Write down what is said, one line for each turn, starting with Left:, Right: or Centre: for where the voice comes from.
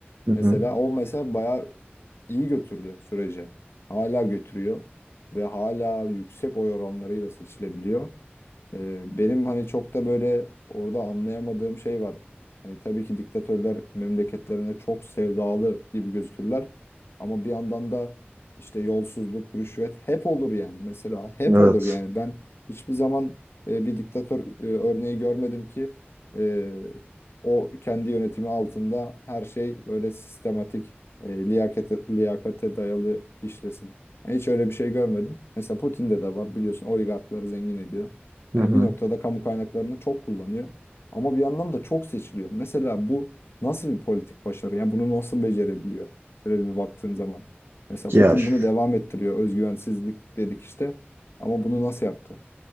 Right: hı
Left: Mesela
Right: hı.
Left: o mesela bayağı iyi götürdü süreci. Hala götürüyor ve hala yüksek oy oranlarıyla seçilebiliyor. Ee, benim hani çok da böyle orada anlayamadığım şey var. Hani tabii ki diktatörler memleketlerine çok sevdalı gibi gözükürler. Ama bir yandan da işte yolsuzluk, rüşvet hep olur yani. Mesela hep
Right: Evet.
Left: olur yani. Ben hiçbir zaman e, bir diktatör e, örneği görmedim ki e, o kendi yönetimi altında her şey böyle sistematik, e, liyakate, liyakate dayalı işlesin. Yani hiç öyle bir şey görmedim. Mesela Putin'de de var biliyorsun oligarkları zengin ediyor.
Right: Hı
Left: Yani
Right: hı.
Left: bir noktada kamu kaynaklarını çok kullanıyor. Ama bir yandan da çok seçiliyor. Mesela bu nasıl bir politik başarı? Yani bunu nasıl becerebiliyor? Şöyle bir baktığın zaman. Mesela
Right: Ya,
Left: Putin
Right: ş-
Left: bunu devam ettiriyor. Özgüvensizlik dedik işte. Ama bunu nasıl yaptı?